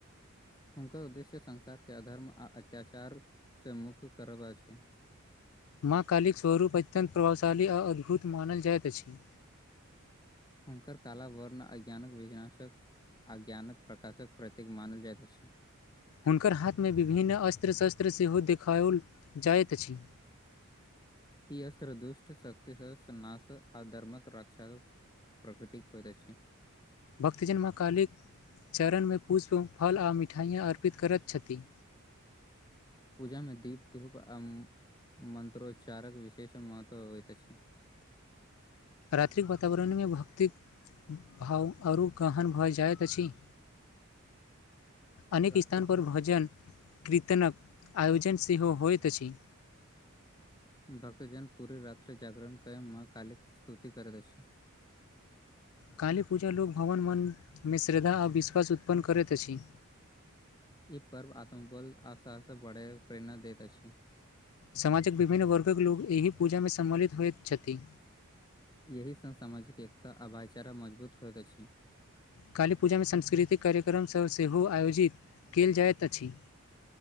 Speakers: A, on the left (about 20°); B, on the left (about 75°).
A: हुनकर उद्देश्य संसार के अधर्म आ अत्याचारसँ मुक्त करब अछि
B: माँ कालि स्वरूप अत्यन्त प्रभावशाली आ अद्भुत मानल जाइत अछि
A: हुनकर काला वर्ण अज्ञानक विशनाशक आ ज्ञानक प्रकाशक प्रतीक मानल जाइत अछि
B: हुनकर हाथ मे विभिन्न अस्त्र शस्त्र सेहो देखाओल जाइत अछि
A: ई अस्र दुष्ट शक्तिना स आ धर्मक रक्षक प्रकृतिक होइत अछि
B: भक्तजन म कालिक चरण मे पुष्प फल आओ मिठाइयाँ अर्पित करति छथि
A: पूजा मे दीप धूप आ मन्त्रोच्चारक विशेष महत्व अबइत अछि
B: रात्रिक वातावरण मे भौतिक भाव आओर कहन भऽ जाइत अछि अनेक
A: रात्रि
B: स्थानपर भजन कीर्तनक आयोजन सेहो होइत अछि
A: भक्तजन पूरी रात्रि जागरण कय मां कालिक स्तुति करति अछि
B: काली पूजा लोक भवन मन मे श्रद्धा आ विश्वास उत्पन्न करति अछि
A: ई पर्व आत्मबल आशासँ बढ़े प्रेरणा दति अछि
B: समाजक विभिन्न वर्गक लोक एहि पूजा मे सम्मिलित होइत छथि
A: एहि संग सामाजिक एकता आ भाईचारा मजबूत होइत अछि
B: काली पूजा मे सांस्कृतिक कार्यक्रम सभ सेहो आयोजित कईल जाइत अछि